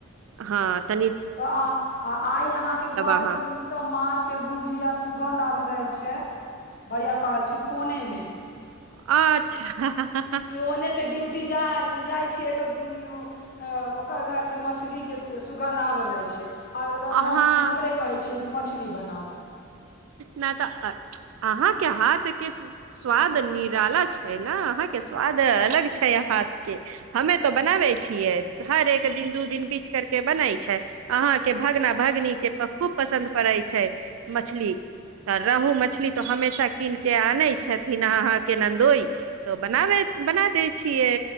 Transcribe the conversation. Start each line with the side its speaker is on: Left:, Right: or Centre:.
Right: हँ तनी
Left: तऽ आ आइ अहाँकेँ घर
Right: अहाँ
Left: स माछ केँ भुजिया सुगन्ध आबि रहल छै भैया कहल छी फोने मे
Right: अच्छा <unintelligible>
Left: केँ अने से ड्यूटी जा जाइ छियै तऽ <unintelligible> अं ओकर घरसँ मछली केँ स सुगन्ध आब रहै छै आ रौरा
Right: अहाँ
Left: हम हमरे कहै छियै कि मछली बनाउ
Right: नै तऽ अ च <unintelligible> अहाँ केँ हाथ केँ स्वाद निराला छै न अहाँ केँ स्वाद अलग छै हाथ केँ हमे तो बनाबै छियै हर एक दिन दू दिन बीच करके बनै छै अहाँ केँ भगना भगनीके खूब पसन्द पड़ैत छै मछली तऽ रहू मछली तऽ हमेशा कीन क आनै छथिन अहाँकेँ नन्दोइ तो बनाबे बना दै छियै